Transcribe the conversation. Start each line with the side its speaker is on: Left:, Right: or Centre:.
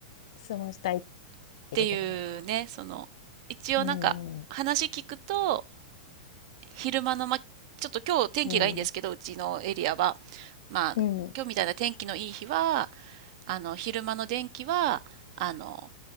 Left: 過ごしたいっ
Right: っていうね、
Left: ていうところか。
Right: その、一応なんか、
Left: うーん、
Right: 話聞くと、昼間の、ま、ちょっと今日天気がいいんですけど、
Left: うん、
Right: うちのエリアは、まあ、
Left: うん、
Right: 今日みたいな天気のいい日は、あの、昼間の電気は、あの、